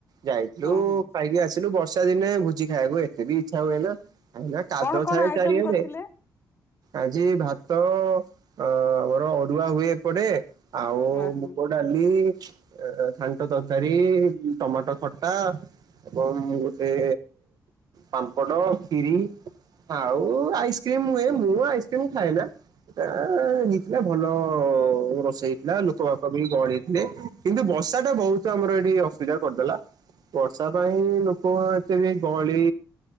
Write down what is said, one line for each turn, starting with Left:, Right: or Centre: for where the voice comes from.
Right: ଯାଇଥିଲୁ
Left: ହଁ ହଁ
Right: ଖାଇକି ଆସିଲୁ ବର୍ଷା ଦିନେ ଭୋଜି ଖାଇବାକୁ ଏତେ ବି ଇଚ୍ଛା ହୁଏ ନା। ଏ କାଦ
Left: କଣ କଣ
Right: ଥାଏ
Left: ଆଇଟମ
Right: ଚାରିଆଡେ।
Left: କରିଥିଲେ?
Right: ଆଜି ଭାତ ଅ ଅରୁୁଆ ହୁଏ ଏପଟେ। ଆଉ
Left: ହଁ ହଁ
Right: ମୁଗ ଡାଲି ଏଁ ଏଁ ଘାଣ୍ଟ ତରକାରୀ ଟମାଟୋ ଖଟ ତା ଏବଂ ଗୋଟେ ପାମ୍ପଡ ଖିରି ଆଉ ଆଇସ୍କ୍ରିମ ହୁଏ ମୁଁ ଆଇସ୍କ୍ରିମ ଖାଏ ନା। ଏଁ ଇଟା ଭଲ। ରୋଷଇ ହେଇଥିଲା ଲୋକ ପାକ ବି ଗହଳି ହେଇଥିଲେ କିନ୍ତୁ ବର୍ଷା ଟା ବହୁତ ଆମର ଏଠି ଅସୁବିଧା କରିଦେଲା ବର୍ଷା ପାଇଁ ଲୋକ ଏତେ ବି ଗହଳି